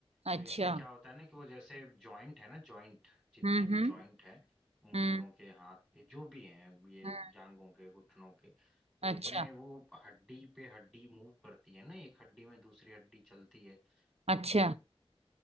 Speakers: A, on the right (about 80°); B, in the centre.
A: अच्छा
B: तो इसमें क्या होता है ना कि वो जैसे जॉइंट है ना जॉइंट जितने
A: हम्म
B: भी
A: हम्म
B: जॉइंट हैं उंगलियों
A: हम्म
B: के हाथ के जो भी हैं ये
A: हम्म,
B: जांघों के घुटनों के तो
A: अच्छा
B: इनमें वो हड्डी पे हड्डी मूव करती है ना एक हड्डी में दूसरी हड्डी चलती है
A: अच्छा
B: तो उसे वो